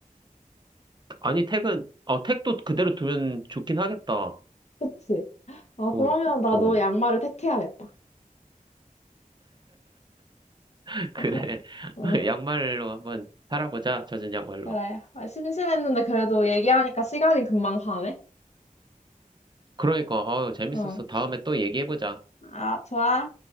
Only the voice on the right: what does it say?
아니, 택은, 어, 택도 그대로 두면 좋긴 하겠다.
어,
어.
<laughs> 그래.
<laughs> 양말로 한번 살아보자, 젖은 양말로.
그러니까, 어, 재밌었어.
다음에 또 얘기해보자.